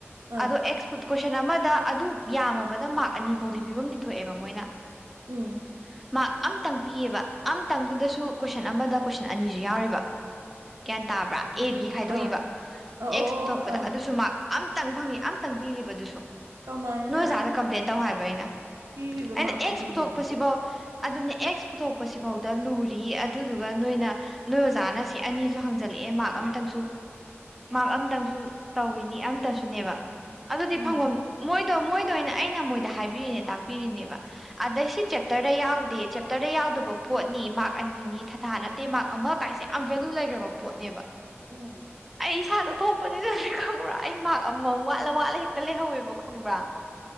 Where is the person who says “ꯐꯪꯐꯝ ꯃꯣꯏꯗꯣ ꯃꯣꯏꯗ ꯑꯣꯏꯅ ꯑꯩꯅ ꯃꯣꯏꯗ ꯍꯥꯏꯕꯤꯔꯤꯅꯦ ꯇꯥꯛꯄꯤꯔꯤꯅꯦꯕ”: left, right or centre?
Centre